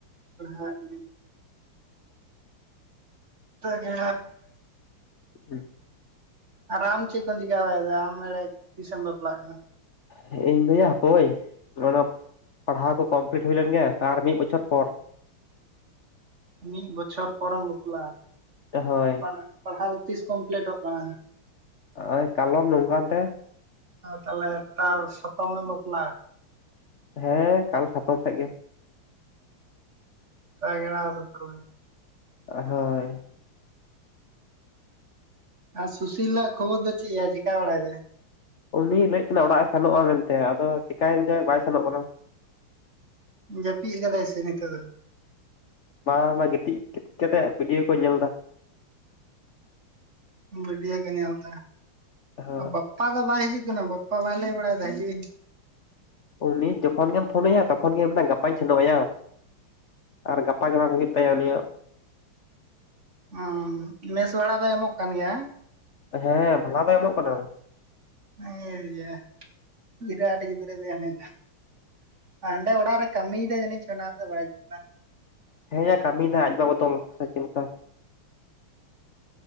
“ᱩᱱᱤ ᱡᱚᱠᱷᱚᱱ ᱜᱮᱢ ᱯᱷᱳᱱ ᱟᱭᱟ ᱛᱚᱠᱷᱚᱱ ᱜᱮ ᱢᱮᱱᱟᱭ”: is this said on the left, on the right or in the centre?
Left